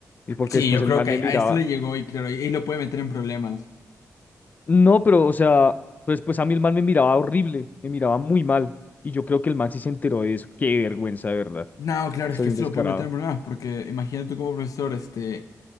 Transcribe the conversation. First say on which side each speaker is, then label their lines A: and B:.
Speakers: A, on the left; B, on the left.
A: Y porque
B: sí,
A: después
B: yo
A: el
B: creo
A: man
B: que
A: me miraba,
B: a a este le llegó y claro, y y lo puede meter en problemas.
A: no, pero o sea, pues, pues a mí el man me miraba horrible, me miraba muy mal. Y yo creo que el man sí se enteró de eso. Qué vergüenza, de verdad.
B: No, claro,
A: Soy
B: es que eso
A: un descarado.
B: lo puede meter en problemas, porque imagínate tú como profesor, este,